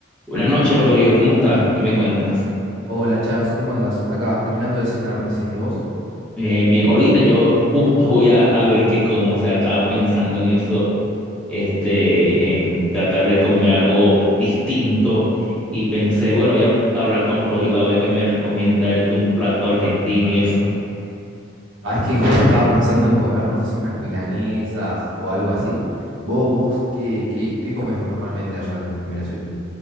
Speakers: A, in the centre; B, on the right.
A: Buenas noches, Rodrigo. ¿Cómo estás? ¿Qué me cuentas?
B: Hola Charles, ¿cómo andás? Acá, terminando de cenar recién. ¿Y vos?
A: Bien, bien. Ahorita yo justo voy a, a ver qué como. O sea, estaba pensando en eso, este, en tratar de comer algo distinto. Y pensé, bueno, voy a hablar con Rodrigo a ver qué me recomienda él de un plato argentino y eso.
B: Sabés que justo estaba pensando en comer, no sé si unas milanesas o algo así. ¿Vos, vos qué, qué, qué comes normalmente allá en, en Venezuela?